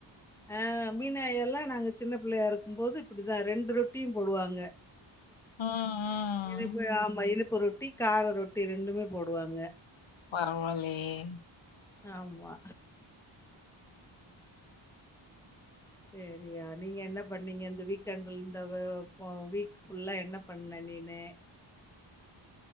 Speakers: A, in the centre; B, on the left (about 75°).
A: அஹ் மீனாயெல்லா நாங்க சின்ன பிள்ளையாருக்கும் போது இப்படிதா ரெண்டு ரொட்டியு போடுவாங்க
B: ம் ம்
A: இதுப்பு ஆமா இதுப் உப்பு ரொட்டி கார ரொட்டி ரெண்டுமே போடுவாங்க
B: பரவால ஏ
A: ஆமா சரியா நீங்க என்ன பண்ணீங்க இந்த வீக்கெண்ட்ல் இந்த வ ப வீக் புல்லா என்ன பண்ண நீனு